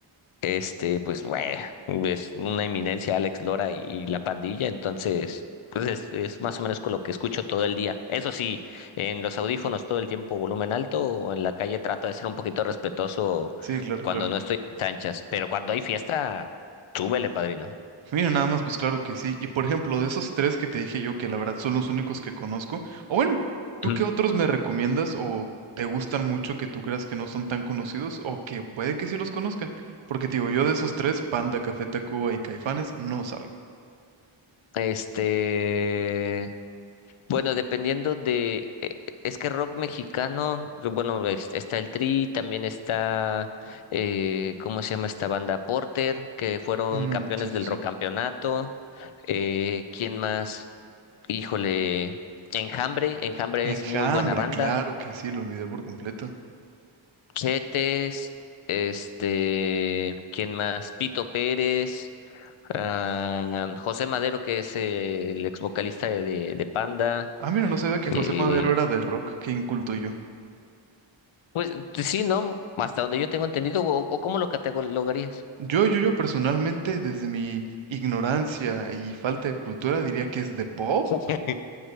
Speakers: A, on the left; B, on the right.
A: Este, pues bueno, es una eminencia Alex Lora y, y la pandilla, entonces, pues es, es más o menos con lo que escucho todo el día. Eso sí, en los audífonos todo el tiempo volumen alto, o en la calle trato de ser un poquito respetuoso
B: Sí, claro,
A: cuando
B: claro.
A: no estoy en mis anchas, pero cuando hay fiesta, súbele, padrino.
B: Mira, nada más, pues claro que sí. Y por ejemplo, de esos tres que te dije yo, que la verdad son los únicos que conozco, o bueno, ¿tú
A: Ujú.
B: qué otros me recomiendas o te gustan mucho que tú creas que no son tan conocidos o que puede que sí los conozca? Porque te digo, yo de esos tres, Panda, Café Tacuba y Caifanes, no salgo.
A: Este, Bueno, dependiendo de, eh, es que rock mexicano, bueno, es- está el Tri, también está, eh, ¿cómo se llama esta banda? Porter, que fueron
B: Mm,
A: campeones
B: sí, sí,
A: del
B: sí.
A: rock campeonato. Eh, ¿quién más? Híjole, Enjambre, Enjambre
B: Enjambre,
A: es muy buena banda.
B: claro que sí, lo olvidé por completo.
A: Chetes, este, ¿quién más? Pito Pérez, ah, José Madero, que es eh, el ex vocalista de, de de Panda.
B: Ah, mira, no sabía que José
A: eh,
B: Madero era de rock, qué inculto yo.
A: Pues sí, ¿no? Hasta donde yo tengo entendido, o, o cómo lo catalogarías.
B: Yo, yo, yo personalmente, desde mi ignorancia y falta de cultura, diría que es de pop,
A: <laughs>